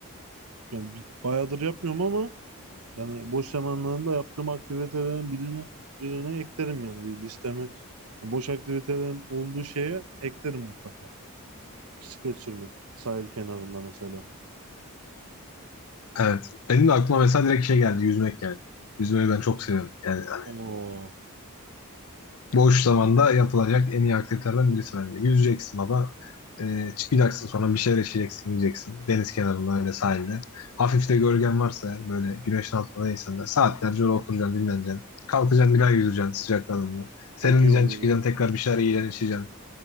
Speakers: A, on the right (about 80°); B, on the left (about 80°).
A: yani bir- bayağıdır yapmıyorum ama yani boş zamanlarında yaptığım aktivitelerin birini birine eklerim yani bir listeme. Yani boş aktivitelerim olduğu şeye eklerim mutlaka. Bisiklet sürmek sahil kenarında mesela.
B: Evet. Benim de aklıma mesela direkt şey geldi. Yüzmek yani. Yüzmeyi ben çok seviyorum. Yani hani
A: Oo,
B: boş zamanda yapılacak en iyi aktivitelerden birisi bence. Yüzeceksin baba. Ee, çıkacaksın sonra bir şeyler yaşayacaksın, yiyeceksin. Deniz kenarında öyle sahilde. Hafif de gölgen varsa eğer böyle güneşin altındaysan da saatlerce öyle oturacaksın, dinleneceksin. Kalkacaksın bir daha yüzeceksin sıcaklarında. Serinleyeceksin,
A: çok iyi olur
B: çıkacaksın
A: ya.
B: tekrar bir şeyler yiyeceksin, içeceksin.